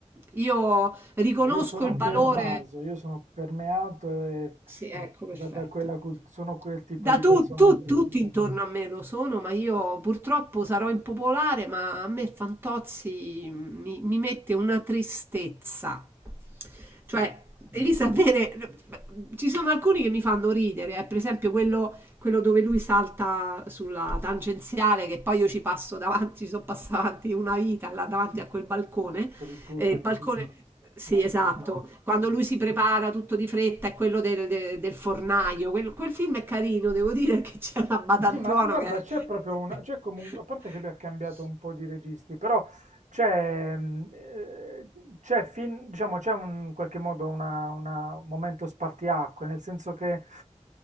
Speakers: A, on the right; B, on the right.
A: Io riconosco
B: Io sono
A: il valore.
B: pervaso, io sono permeato e
A: Sì, ecco, perfetto.
B: da, da quella cult- sono quel tipo
A: Da
B: di
A: tu,
B: persona
A: tu-
B: lì.
A: tutti intorno a me lo sono, ma io purtroppo sarò impopolare, ma a me Fantozzi mi, mi mette una tristezza.
B: Sì.
A: Cioè, devi sapere, ci sono alcuni che mi fanno ridere, eh, Per esempio quello, quello dove lui salta sulla tangenziale, che poi io ci passo davanti, ci sono passata avanti una vita là davanti a quel balcone.
B: Per il pullman,
A: E il balcone,
B: sì.
A: sì,
B: L'autobus.
A: esatto, quando
B: Mm.
A: lui si prepara tutto di fretta è quello del, de- del fornaio. Quel, quel film è carino, devo dire che c'è una Badantuono
B: Sì, ma guarda,
A: che... è-
B: c'è proprio una, c'è comunque, a
A: <laughs>
B: parte che lui ha cambiato un po' di registi, però c'è, mm, eh, c'è fin- diciamo, c'è un, in qualche modo una- una- un momento spartiacque, nel senso che